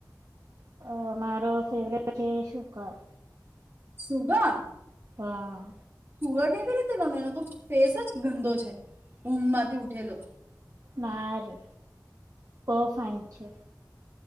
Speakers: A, on the right; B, on the right.
A: અ મારો ફેવરેટ છે શું કવ?
B: સુભા
A: હા.
B: પૂરા કેવી રીતે ગમેલો તો ફેસ જ ગંદો છે. ઊંઘ માંથી ઉઠેલો.
A: નારે બવફાઈન છે.